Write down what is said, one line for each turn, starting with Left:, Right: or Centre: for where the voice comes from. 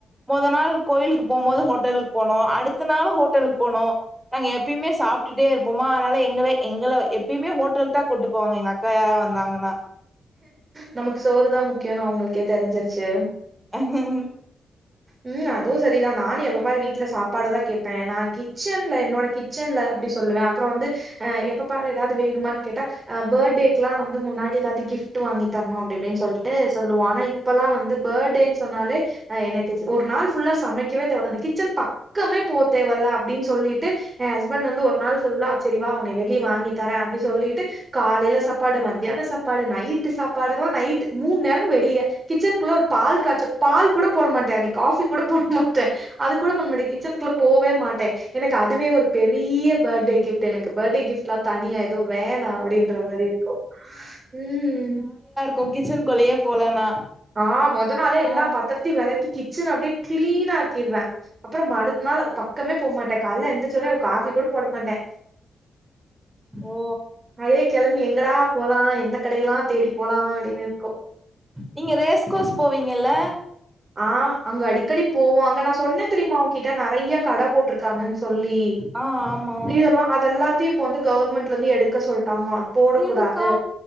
Centre: மொத நாள் கோயிலுக்கு போம்போது ஹோட்டல்க்கு போனோ அடுத்த நாள் ஹோட்டலுக்கு போனோ நாங்க எப்பய்மே சாப்டுட்டே இருப்போமா அனால எங்கள எங்கள எப்பய்மே ஹோட்டலுக்தா கூட்டு போவாங்க எங்க அக்கா யாரா வந்தாங்கனா
Right: நமக்கு சோறுதா முக்கியொனு அவுங்களுக்கே தெரிஞ்சிருச்சு
Centre: உ உம்
Right: உம் அதுவு சரிதா நானு எப்பப்பாரு வீட்ல சாப்பாடுதா கேப்பே நா கிச்சன்ல என்னோட கிச்சன்ல அப்டி சொல்லுவே அப்புறொ வந்து அ எப்ப பாரு எதாது வேணமான்னு கேட்டா பர்த்டேக்குல்லா வந்து முன்னாடி எதாது கிஃப்ட் வாங்கி தரணு அப்டி இப்டின் சொல்ட்டு சொல்லுவோ ஆனா இப்பல்லா வந்து பர்த்டேனு சொன்னாலே எனக் கு ஒரு நாள் ஃபுல்லா சமைக்கவே தோணாது கிச்சன் பக்கமே போ தேவல அப்டின் சொல்லிட்டு என் ஹஸ்பண்ட் வந்து ஒரு நாள் ஃபுல்லா செரிவா உன்னை வெளிய வாங்கி தரே அப்டி சொல்லிட்டு காலைல சாப்பாடு மத்தியான சாப்பாடு நைட்டு சாப்பாடல்லா நைட்டு மூண் நேரமு வெளிய கிச்சன்குள்ள ஒரு பால் காச்ச பால் கூட போட மாட் ட்டே அன்னக் காஃபி கூட போட மாட்டே அது கூட பண்ணமாட்டெ கிச்சன்குள்ள போவே மாட்டே எனக்கு அதுவே ஒரு பெரிய பர்த்டே கிஃப்ட் எனக்கு பர்த்டே கிஃப்ட்லா தனியா எது வேணா அப்புடின்ற மாரி இருக்கும் உம்
Centre: கும் கிச்சன்க்குள்ளயே போலனா
Right: ஆ மொத நாளே எல்லா
Centre: ஆ
Right: பாத்திரத்தையு வெலக்கி கிச்சன அப்டே க்ளீனா ஆக்கிருவே அப்புறம் ம அடுத்த நாள் அது பக்கமே போமாட்டே கால்ல எந்திரிச்சோன காஃபி கூட போட மாட்டே
Centre: ஓ
Right: அதே கெளம்பி எங்கடா போலா எந்த கடையெல்லா தேடி போலா அப்டின்னு இருக்கு
Centre: நீங்க ரேஸ்கோஸ் போவீங்கல்ல
Right: ஆ அங்க அடிக்கடி போவோ அங்க நா சொன்னே தெரியுமா உங்கிட்ட நெறைய கட போட்ருக்காங்கன் சொல்லி
Centre: ஆ ஆமா
Right: இதெல்லா அதெல்லாத்தையு இப்ப வந்து கவர்மெண்ட் லெந்து எடுக்க சொல் டாங்கலாம் போடக்கூடாது
Centre: எதுக்கா